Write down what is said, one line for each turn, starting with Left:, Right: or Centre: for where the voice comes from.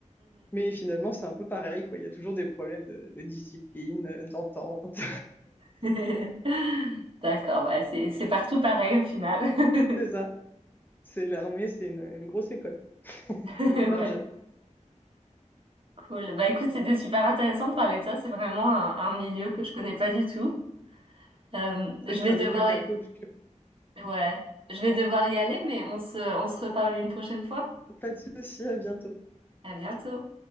Left: mais finalement, c'est un peu pareil, quoi. Il y a toujours des problèmes de, de discipline, euh, d'entente.
Right: <laughs> D'accord, bah c'est c'est partout pareil au final. <laughs>
Left: <laughs> C'est ça. C'est l'armée, c'est une, une grosse école
Right: Ouais,
Left: avec plein de jeunes.
Right: cool. Bah écoute, c'était super intéressant de parler de ça. C'est vraiment un, un milieu que je connais pas du tout. Euh,
Left: C'est
Right: je
Left: vrai que
Right: vais
Left: c'est un
Right: devoir
Left: milieu qui
Right: y...
Left: est un peu obscur.
Right: ouais, je vais devoir y aller, mais on se on se reparle une prochaine fois.
Left: Pas de souci, à bientôt.
Right: À bientôt.